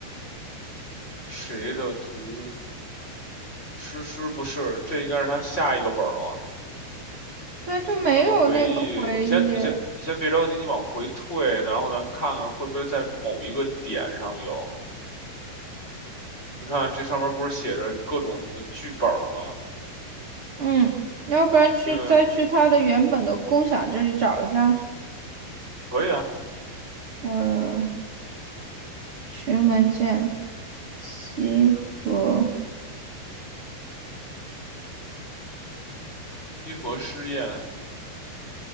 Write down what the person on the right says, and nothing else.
对啊，就没有那个回忆。
嗯，要不然去再去他的原本的共享这里找一下。
呃，群文件西河，